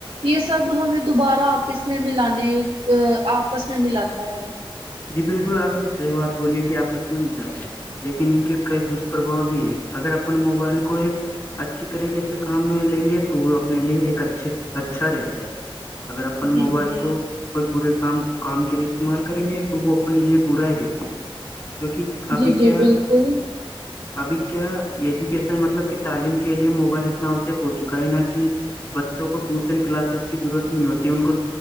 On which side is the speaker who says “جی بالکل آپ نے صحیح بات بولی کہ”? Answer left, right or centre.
Left